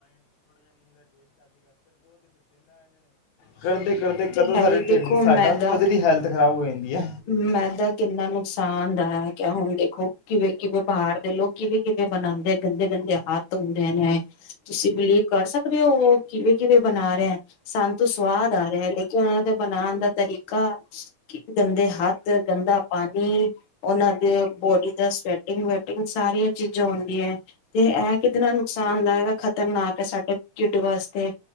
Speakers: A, on the left; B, on the left.
A: ਕਰਦੇ ਕਰਦੇ
B: ਤੇ
A: ਕਦੋਂ
B: ਹੈ
A: ਸਾਡੇ
B: ਹੀ
A: ਢਿੱਡ
B: ਦੇਖੋ
A: ਸਾਡਾ
B: ਮੈਦਾ
A: ਖੁਦ ਦੀ ਹੈਲਥ ਖ਼ਰਾਬ ਹੋ ਜਾਂਦੀ ਹੈ
B: ਮੈਦਾ ਕਿੰਨਾ ਨੁਕਸਾਨ ਦਾ ਕ ਹੁਣ ਦੇਖੋ ਕਿਵੇਂ ਕਿਵੇਂ ਬਾਹਰ ਦੇ ਲੋਕ ਕਿਵੇਂ ਕਿਵੇਂ ਬਣਾਉਂਦੇ ਗੰਦੇ ਗੰਦੇ ਹੱਥ ਹੁੰਦੇ ਨੇ ਤੁਸੀਂ ਬਿਲੀਵ ਕਰ ਸ <inaudible> ਕਦੇ ਹੋ ਉਹ ਕਿਵੇਂ ਕਿਵੇਂ ਬਣਾ ਰਿਹਾ ਸਾਨੂੰ ਤ ਸਵਾਦ ਆ ਰਿਹਾ ਹੈ ਲੇਕਿਨ ਉਹਨਾਂ ਦੇ ਬਣਾਉਣ ਦਾ ਤਰੀਕਾ <inaudible> ਗੰਦੇ ਹੱਥ ਗੰਦਾ ਪਾਣੀ ਉਹਨਾਂ ਦੇ ਬੋਡੀ ਦਾ ਸਵੈਟਿੰਗ ਵੈਟਿੰਗ ਸਾਰੀਆਂ ਚੀਜ਼ਾਂ ਹੁੰਦੀਆਂ ਤੇ ਇਹ ਕਿਤੇਨਾ ਨੁਕਸਾਨਦਾਇਕ ਖ਼ਤਰਨਾਕ ਹੈ ਸਾਡੇ ਢਿੱਡ ਵਾਸਤੇ